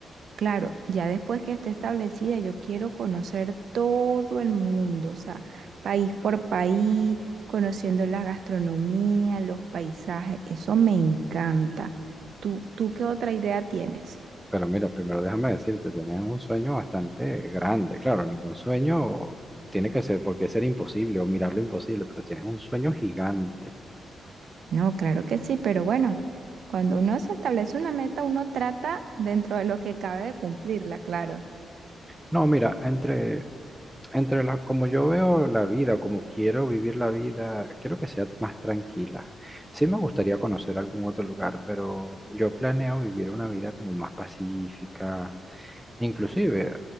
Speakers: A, on the right; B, in the centre.
A: claro, ya después que esté establecida, yo quiero conocer todo el mundo, o sea, país por país, conociendo la gastronomía, los paisajes, eso me encanta. ¿Tú, tú qué otra idea tienes?
B: Pero mira, primero déjame decirte, tienes un sueño bastante grande. Claro, ningún sueño tiene que ser, porque ser imposible o mirar lo imposible, pero tienes un sueño gigante.
A: No, claro que sí, pero bueno, cuando uno se establece una meta, uno trata dentro de lo que cabe de cumplirla, claro.
B: No, mira, entre, entre las, como yo veo la vida, como quiero vivir la vida, quiero que sea más tranquila. Sí me gustaría conocer algún otro lugar, pero yo planeo vivir una vida como más pacífica. Inclusive,